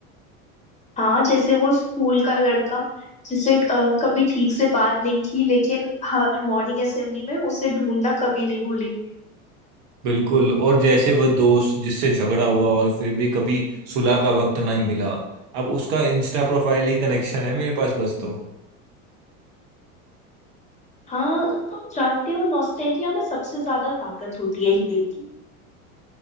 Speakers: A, on the left; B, on the right.
A: हाँ जैसे वो स्कूल का लड़का जिसे अ, कभी ठीक से बात नहीं की लेकिन हर मॉर्निंग असेंबली में उसे ढूंढना कभी नहीं भूली
B: बिल्कुल और जैसे वह दोस्त जिससे झगड़ा हुआ और फिर भी कभी सुलह का वक्त नहीं मिला अब उसका इंस्टा प्रोफाइल ही कनेक्शन है मेरे पास बस तो
A: हाँ तुम जानते हो नॉस्टैल्जिया में सबसे ज्यादा ताकत होती है हीलिंग की